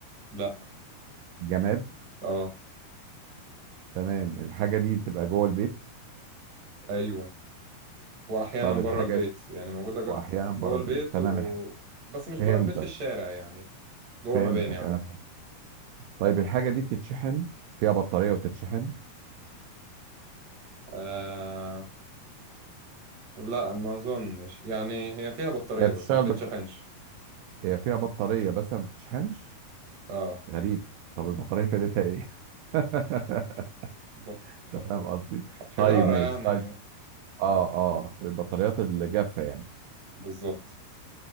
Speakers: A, on the right; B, on the right.
A: لا
B: جماد
A: اه
B: تمام الحاجة دي بتبقى جوه البيت
A: ايوه واحيانا
B: طيب الحاجة
A: بره البيت يعني موجوده جو-
B: واحيانا بره
A: جوه البيت
B: البيت تمام
A: و...
B: الح...
A: بس مش
B: فهمتك
A: بره البيت في الشارع يعني في- جوه
B: فهمتك
A: مباني عموما
B: انا فهمت طيب الحاجة دي بتتشحن فيها بطارية وتتشحن
A: آه لا ما اظنش يعني هي فيها بطارية
B: هي
A: بس
B: بتشتغل
A: ما بتتشحنش
B: هي فيها بطارية بس ما بتتشحنش
A: اه
B: غريب طب البطارية فايدتها ايه <laughs>
A: بط... ح-
B: انت فاهم قصدي
A: حجارة
B: طيب ماشي
A: يعني
B: طيب اه اه البطاريات الجافة يعني
A: بالظبط